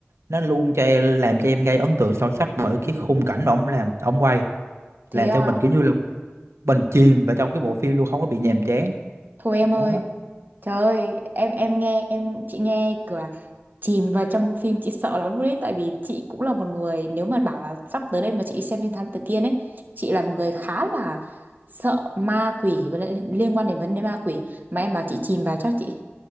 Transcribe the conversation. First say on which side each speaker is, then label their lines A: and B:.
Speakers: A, on the right (about 90°); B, on the right (about 45°).
A: nó luôn cho em làm cho em gây ấn tượng sâu sắc bởi cái khung cảnh mà ổng làm ổng quay
B: thế
A: làm
B: à,
A: cho mình kiểu như là mình chìm vào trong cái bộ phim luôn không có bị nhàm chán
B: thôi em ơi
A: đó
B: trời ơi em em nghe em chị nghe kiểu là chìm vào trong bộ phim chị sợ lắm luôn đấy tại vì chị cũng là một người nếu mà bảo là sắp tới đây mà chị đi xem phim Thám Tử Kiên ấy chị là một người khá là sợ ma quỷ với lại liên quan đến vấn đề ma quỷ mà em bảo chị chìm vào chắc chị